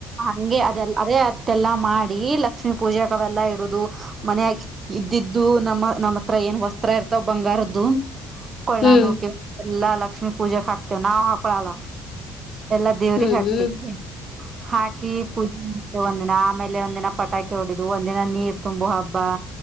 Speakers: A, on the right (about 40°); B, on the left (about 50°).
A: ಹಂಗೆ ಅದೆಲ್ಲ ಅದೇ ಅಟ್ಟೆಲ್ಲಾ ಮಾಡಿ ಲಕ್ಷ ಲಕ್ಷ್ಮೀ ಪೂಜೆಕ ಅವೆಲ್ಲಾ ಇಡುದು ಮನಯ ಇದ್ದಿದ್ದು ನಮ್ಮ ನಮ್ಮತ್ರ ಏನ್ ವಸ್ತ್ರ ಇರ್ತಾವ ಬಂಗಾರ ಕೊಳ್ಳನವು
B: ಹ್ಮ್
A: ಎಲ್ಲಾ ಲಕ್ಷ್ಮೀ ಪೂಜೆಕ್ ಹಾಕ್ತೇವ ನಾವ್ ಹಾಕೋಳಲ್ಲಾ ಎಲ್ಲ ದೇವ್ರಿಗೆ
B: ಹ್ಮ್
A: ಹಾಕ್ತೀವಿ
B: ಹ್ಮ್
A: ಹಾಕಿ ಪೂಜೆ ಮಾಡ್ತೇವೆ ಒಂದಿನ ಆಮೇಲೆ ಒಂದಿನ ಪಟಾಕಿ ಹೋಡಿದು ಒಂದಿನ ನೀರ್ ತುಂಬು ಹಬ್ಬ